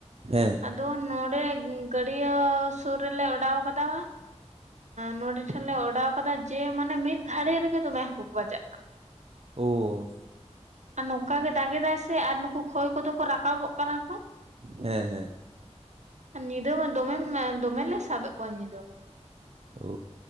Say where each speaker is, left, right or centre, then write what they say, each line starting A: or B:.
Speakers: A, on the right; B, on the right.
A: ᱦᱮᱸ
B: ᱟᱫᱚ ᱱᱚᱰᱮ ᱜᱟᱺᱰᱭᱟᱹ ᱥᱩᱨ ᱨᱮᱞᱮ ᱚᱰᱟᱣ ᱠᱟᱫᱟ ᱱᱚᱰᱮ ᱴᱷᱮᱱ ᱞᱮ ᱚᱰᱟᱣ ᱠᱟᱫᱟ ᱡᱮ ᱢᱟᱱᱮ ᱢᱤᱫ ᱜᱷᱟᱹᱲᱤᱡ ᱨᱮᱜᱮ ᱫᱚᱢᱮ ᱦᱟᱹᱠᱩ ᱠᱚ ᱵᱟᱡᱟᱜ ᱠᱟᱱᱟ
A: ᱚ
B: ᱟᱨ ᱱᱚᱝᱠᱟᱜ ᱜᱮ ᱫᱟᱜ ᱮᱫᱟᱭ ᱥᱮ ᱟᱨ ᱱᱩᱠᱩ ᱠᱷᱚᱭ ᱠᱚᱫᱚ ᱠᱚ ᱨᱟᱠᱟᱵᱚᱜ ᱠᱟᱱᱟ ᱠᱚ
A: ᱦᱮᱸ ᱦᱮᱸ
B: ᱧᱤᱫᱟᱹ ᱢᱟ ᱫᱚᱢᱮ ᱫᱚᱢᱮᱞᱮ ᱥᱟᱵᱮᱫ ᱠᱚᱣᱟ ᱧᱤᱫᱟᱹ ᱢᱟ
A: ᱚ